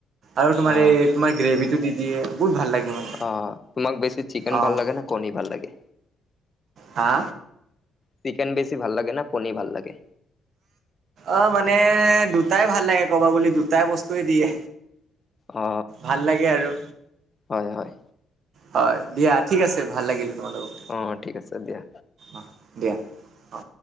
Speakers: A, on the right (about 65°); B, on the left (about 30°).
A: আৰু তোমাৰ
B: অ
A: এই তোমাৰ এই গ্ৰেভি টো দি দিয়ে বহুত ভাল লাগে মানে।
B: অ', তোমাক বেছি চিকেন
A: অ'
B: ভাল লাগে নে কণী ভাল লাগে।
A: হা?
B: চিকেন বেছি ভাল লাগে নে কণী ভাল লাগে?
A: অ', মানে দুটাই ভাল লাগে ক'বা গ'লে দুটাই বস্তুয়ে দিয়ে।
B: অ
A: ভাল লাগে আৰু।
B: হয় হয়
A: হয় দিয়া ঠিক আছে ভাল লাগিলে তোমাৰ লগত
B: অ', ঠিক আছে দিয়া।
A: অ', দিয়া। অ